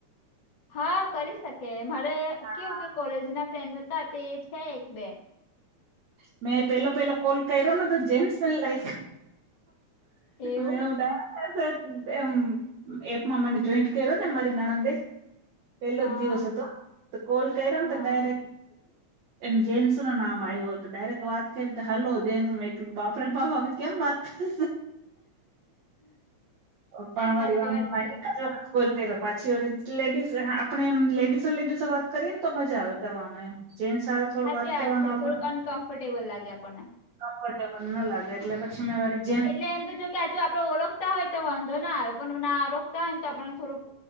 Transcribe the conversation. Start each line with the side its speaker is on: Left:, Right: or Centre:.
Left: હા કરી શકે મારે
Right: હા
Left: કેવું કે કોલેજ ના ફ્રેન્ડ હતા તે છે એક બે
Right: મેં પેલો પેલો કોલ કર્યો ને તો જેન્સ ને લાગ્યો
Left: એવું
Right: મેં ઉઠાયો. એપ એપ એમ એપમાં મને જોઈન્ટ કર્યો ને મારી નણંદે પેલો
Left: હા
Right: જ દિવસ હતો તો કોલ કર્યો ને
Left: હા
Right: તો ડાયરેક્ટ એમ જેન્સ નું નામ આયું હતુ. તો દાયરેક ક વાત કરવી હલો જેન્સ મે કે બાપ રે બાપ હવે કેમ વાત કરવી હ પણ
Left: સાચી
Right: વારી વાંધો
Left: વાત
Right: માડી
Left: છે
Right: કાઢો કા કોલ કર્યો પાછી લેડીસ આપણે એમ લેડીસો લેડીસો વાત કરીએને તો મજા આવે કરવામાં એમ જેન્સ હારે થોડું
Left: હાચી વાત
Right: કરવામાં
Left: છે, થોડુંક
Right: આપણને
Left: અનકમ્ફર્ટેબલ લાગે આપણને
Right: કમ્ફર્ટેબલ ના લાગે એટલે પછી મેં વરી
Left: એટલે એમ તો જો કે આજુ આપડે ઓળખ તા હોય તો વાંધો ના આવે પણ ના રોકતા હોય ને તો આપને થોડુંક